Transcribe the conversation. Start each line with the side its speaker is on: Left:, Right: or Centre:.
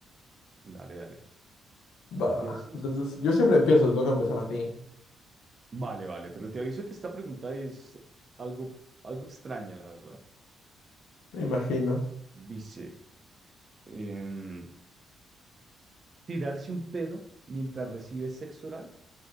Right: Dale, dale.
Left: Va.
Right: ¿Empiezas tú?
Left: Entonces, yo siempre empiezo, te toca empezar a ti.
Right: Vale, vale. Pero te aviso que esta pregunta es algo, algo extraña, la verdad.
Left: Me imagino.
Right: Dice, em, ¿tirarse un pedo mientras recibes sexo oral